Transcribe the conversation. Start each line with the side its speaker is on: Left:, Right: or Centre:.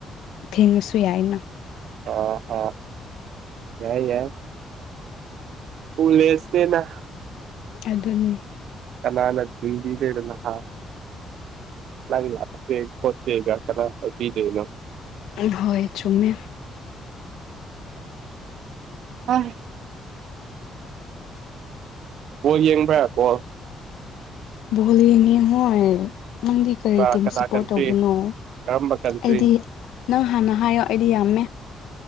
Left: ꯊꯦꯡꯉꯁꯨ ꯌꯥꯏꯅ
Right: ꯑ ꯑ ꯍ ꯌꯥ ꯎꯨ ꯂꯦꯁ ꯀꯦꯅꯥ
Left: ꯑꯗꯨꯅꯤ
Right: ꯀꯅꯥꯅ ꯊꯤꯡꯕꯤꯗꯣꯏꯕ ꯍꯥꯥ ꯅꯪ ꯄꯠꯇꯦꯒ ꯆꯅꯥꯗꯦꯅ
Left: ꯍꯣꯏ ꯆꯨꯝꯃꯦ
Right: ꯑ ꯕꯣꯜ ꯌꯦꯡꯕ꯭ꯔꯥ ꯕꯣꯜ
Left: ꯕꯣꯜ ꯌꯦꯪꯏ ꯃꯣꯏ ꯅꯪꯗꯤ ꯀꯔꯤ
Right: ꯀꯅꯥ
Left: ꯇꯤꯝ
Right: ꯀꯅꯥ
Left: ꯁꯞꯄꯣꯔꯠ
Right: ꯀꯟꯇ꯭ꯔꯤ
Left: ꯇꯧꯕꯅꯣ
Right: ꯀꯔꯝꯕ ꯀꯟꯇ꯭ꯔꯤ
Left: ꯑꯩꯗꯤ ꯅꯪ ꯍꯥꯟꯅ ꯍꯥꯏꯌꯣ ꯑꯩꯗꯤ ꯌꯥꯝꯃꯦ